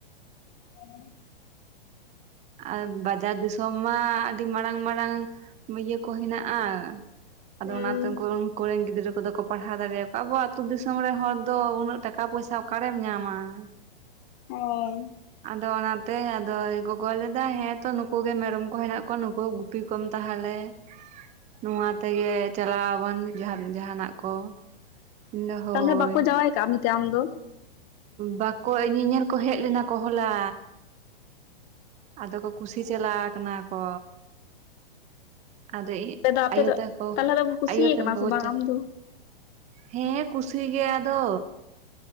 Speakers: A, on the left; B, on the right.
A: <unintelligible>
B: ᱟᱨ ᱵᱟᱡᱟᱨ ᱫᱤᱥᱚᱢ ᱢᱟ ᱟᱹᱰᱤ ᱢᱟᱨᱟᱝ ᱢᱟᱨᱟᱝ ᱤᱭᱟᱹ ᱠᱚ ᱦᱮᱱᱟᱜᱼᱟ ᱟᱫᱚ
A: ᱦᱩᱸ
B: ᱚᱱᱟᱛᱮ ᱩᱱᱠᱩ ᱩᱱᱠᱩᱨᱮᱱ ᱜᱤᱫᱽᱨᱟᱹ ᱠᱚᱫᱚ ᱠᱚ ᱯᱟᱲᱦᱟᱣ ᱫᱟᱲᱮᱭᱟᱠᱚᱣᱟ ᱟᱵᱚᱣᱟᱜ ᱟᱛᱩ ᱫᱤᱥᱚᱢ ᱨᱮᱱ ᱦᱚᱲ ᱫᱚ ᱩᱱᱟᱹᱜ ᱴᱟᱠᱟ ᱯᱚᱭᱥᱟ ᱚᱠᱟᱨᱮᱢ ᱧᱟᱢᱟ <unintelligible>
A: ᱚᱭ
B: ᱟᱫᱚ ᱚᱱᱟᱛᱮ ᱟᱫᱚᱭ ᱜᱚ ᱞᱮᱭᱫᱟ ᱦᱮᱸ ᱛᱚ ᱱᱩᱠᱩᱜ ᱜᱮ ᱢᱮᱨᱚᱢ ᱠᱚ ᱦᱮᱱᱟᱜ ᱠᱚᱣᱟ ᱱᱩᱠᱩ ᱜᱮ ᱜᱩᱯᱤ ᱠᱚᱢ ᱛᱟᱦᱮᱞᱮ ᱱᱚᱣᱟ ᱛᱮᱜᱮ ᱪᱟᱞᱟᱣ ᱟᱵᱚᱱ ᱡᱟᱦᱟᱱᱟᱜ ᱠᱚ ᱤᱧᱫᱚ ᱦᱳᱭ
A: ᱛᱟᱦᱮᱞᱮ ᱵᱟᱠᱚ ᱡᱟᱶᱟᱭ ᱠᱟᱜ ᱢᱮᱛᱮ ᱟᱢ ᱫᱚ
B: ᱵᱟᱠᱚ ᱧᱮᱧᱮᱞ ᱠᱚ ᱦᱮᱡ ᱞᱮᱱᱟ ᱠᱚ ᱦᱚᱞᱟ ᱟᱫᱚ ᱠᱚ ᱠᱩᱥᱤ ᱪᱟᱞᱟᱣ ᱠᱟᱱᱟ ᱠᱚ ᱟᱫᱚ
A: ᱟᱯᱮ ᱫᱚ ᱟᱯᱮ
B: ᱟᱭᱳ
A: ᱫᱚ
B: ᱛᱟᱠᱚ
A: ᱛᱟᱦᱚᱞᱮ ᱫᱚᱢ ᱠᱩᱥᱤᱭ
B: ᱟᱭᱳ ᱛᱟᱠᱚ
A: ᱠᱟᱱᱟ ᱥᱮ ᱵᱟᱝ
B: ᱠᱚ
A: ᱟᱢ ᱫᱚ
B: ᱦᱮᱸ ᱠᱩᱥᱤ ᱜᱮ ᱟᱫᱚ